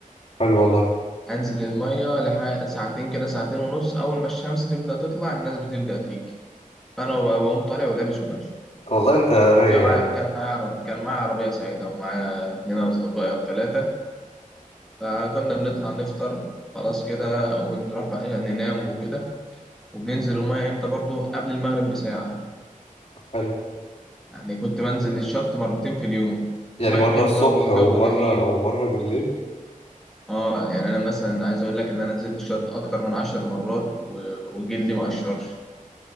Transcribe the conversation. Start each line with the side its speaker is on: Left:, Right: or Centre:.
Left: حلو والله
Centre: انزل المية لح... ساعتين كده ساعتين ونص اول ما الشمس تبدأ تطلع الناس بتبدأ تيجي فانا بقوم طالع ولابس وماشي
Left: والله انت رايق
Centre: كان معايا
Left: يعني
Centre: كان معايا عربية كان معايا عربية ساعتها ومعايا اتنين أصدقائي أو تلاتة فكنا بنطلع نفطر خلاص كده ونروح بقى يعني ننام وكده وبننزل المية امتى برضو قبل المغرب بساعة
Left: حلو
Centre: يعني كنت بنزل للشط مرتين في اليوم
Left: يعني
Centre: مية
Left: مرة
Centre: حلوة
Left: الصبح
Centre: والجو
Left: ومرة
Centre: جميل
Left: ومرة بالليل
Centre: اه يعني انا مثلا عايز اقول لك ان انا نزلت الشط اكتر من عشر مرات و- وجلدي ما قشرش